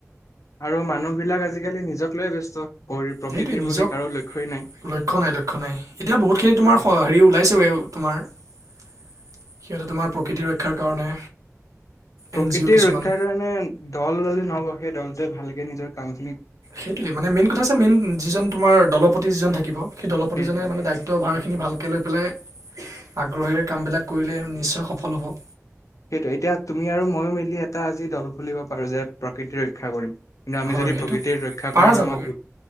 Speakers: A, on the left (about 70°); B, on the right (about 85°).
A: আৰু মানুহ বিলাক আজিকালি নিজক লৈ ব্যস্ত। কৰি প্ৰকৃতিৰ
B: সেইটোয়ে নিজক
A: প্ৰতি কাৰো লক্ষ্যই নাই।
B: লক্ষ নাই-লক্ষ নাই এতিয়া বহুত খিনি তোমাৰ হেৰি ওলাইছো তোমাৰ সিহঁতে তোমাৰ প্ৰকৃতি ৰক্ষাৰ কাৰণে
A: প্ৰকৃতিৰ
B: এন জি অ' কিছুমান
A: ৰক্ষাৰ কাৰণে দল যে নবহ দলটোৱে ভালকে নিজৰ কাম
B: সেইটোৱে মানে মেইন কথা আছে। মেইন যিজন তোমাৰ দলপতি যিজন থাকিব সেই দলপতিজনে
A: সেইটোৱে
B: মানে দায়িত্বভাৰ। ভালকৈ লৈ পেলাই আগ্ৰহেৰে কামবিলাক কৰিলে নিশ্চয় সফল হ'ব।
A: সেইটোৱে এতিয়া তুমি আৰু ময়ো মিলি এটা আজি দল খুলিব পাৰো যে প্ৰকৃতি ৰক্ষা কৰিম। কিন্তু আমি
B: হয়
A: যদি
B: সেইটো
A: প্ৰকৃতিৰ ৰক্ষা
B: পাৰা
A: কৰাৰ
B: যাব
A: নামত